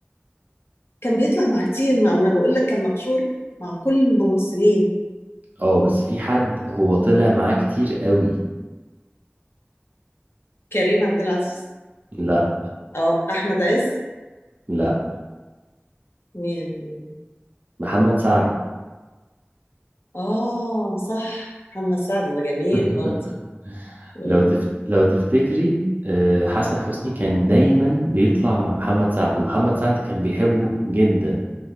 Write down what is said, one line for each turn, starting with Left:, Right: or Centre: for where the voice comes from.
Left: كان بيطلع مع كتير مع ما انا بقول لك كان محشور مع كل الممثلين
Right: اه بس في حد هو طلع معاه كتير قوي
Left: كريم عبد العزيز
Right: لا
Left: اه احمد عز
Right: لا
Left: مين
Right: محمد سعد
Left: اه صح محمد سعد ده جميل
Right: <laughs>
Left: برضه مم،
Right: لو تف... لو تفتكري آه، حسن حسني كان دايما بيطلع مع محمد سعد ومحمد سعد كان بيحبه جدا